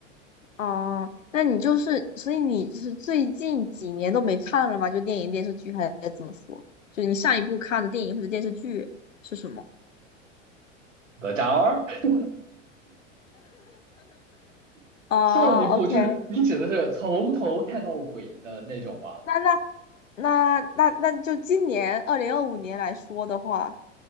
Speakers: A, on the left; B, on the right.
A: 啊，那你就是，所以你就是最近几年都没看了吗？就电影、电视剧还是怎么说？就你上一部看的电影或者电视剧是什么？
B: 哪吒二 <laughs>
A: 哦，OK，
B: 上一部就是你指的是从头看到尾的那种吗？
A: 那那那那那就今年二零二五年来说的话，